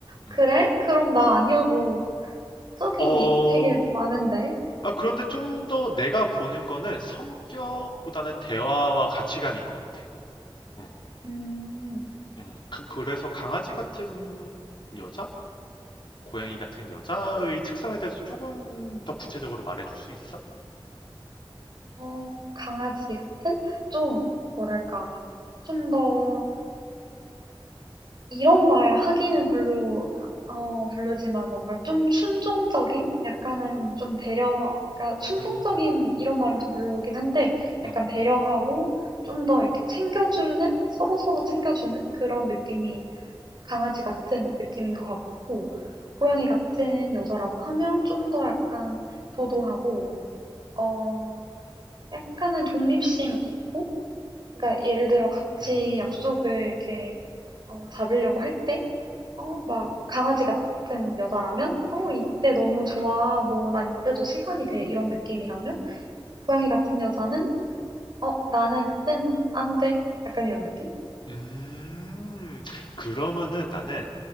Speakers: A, on the left; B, on the right.
A: 음.
B: 그래? 그럼 나 아니어도 저기
A: 어
B: 되게 많은데?
A: 아 그런데 좀 더 내가 보는 거는 성격보다는 대화와 가치관인 것 같아. 음.
B: 음,
A: 음. 그 그래서 강아지 같은 여자? 고양이 같은 여자의 특성에 대해서 조금 더 구체적으로 말해 줄 수 있어?
B: 어 강아지 같은? 좀 뭐랄까 좀 더 이런 말 하기는 별로 어 별로지만 뭔가 좀 순종적인 약간은 좀 배려 그러니까 순종적인
A: 어,
B: 이런 말은 좀 별로긴 한데
A: 음,
B: 약간 배려하고 좀 더 이렇게 챙겨주는 서로서로 챙겨주는 그런 느낌이 강아지 같은 느낌인 것 같고 고양이 같은 여자라고 하면 좀 더 약간 도도하고 어 약간은 독립심 있고 그러니까 예를 들어 같이
A: 음,
B: 약속을 이렇게 어, 잡으려고 할 때, 어, 막 강아지 같은 여자라면, 어, 이때 너무 좋아. 뭐, 난 이때도 시간이 돼. 이런 느낌이라면, 고양이 같은 여자는, 어, 나는 그땐 안 돼. 약간 이런 느낌?
A: 음. 그러면은 나는,